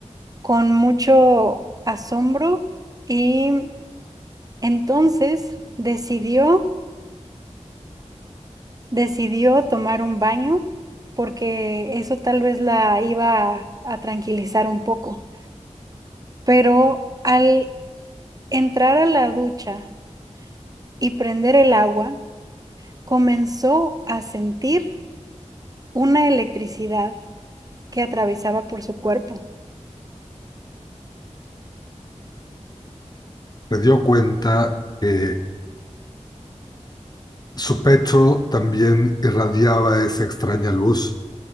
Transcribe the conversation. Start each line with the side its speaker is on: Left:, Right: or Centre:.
Right: con mucho asombro y entonces decidió, decidió tomar un baño porque eso tal vez la iba a a tranquilizar un poco. Pero al entrar a la ducha y prender el agua, comenzó a sentir una electricidad que atravesaba por su cuerpo.
Left: se dio cuenta que su pecho también irradiaba esa extraña luz